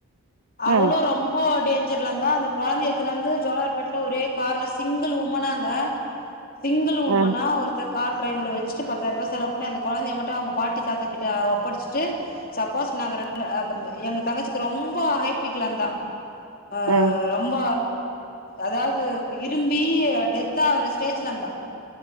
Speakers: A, on the left; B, on the right.
A: அவளும்
B: ம்
A: ரொம்ப டேஞ் ஜர்லந்தா அந்த கொழந்தைய எத்துனு வந்து ஜோலார்பேட்ல ஒரே கார்ல சிங்கிள் உமனாங்க சிங்கிள் உமன்னா
B: ம்
A: ஒருத்தர் கார் டிரைவர வச்சிட்டு பத்தாயிரூபா செலவு பண்ணி அந்த கொழந்தைய மட்டும் அவங்க பாட்டி தாத்த கிட்ட ஒப்படைச்சிட்டு சப்போஸ் நாங்க ரெண் அபர்ல எங்க தங்கச்சிக்கு ரொம்ப ஹைப்பிக்ல இந்தா <inaudible> ஆ
B: ம்
A: ரொம்ப அதாவது இரும்பி டெத் ஆவற ஸ்டேஜ்ல இருந்தா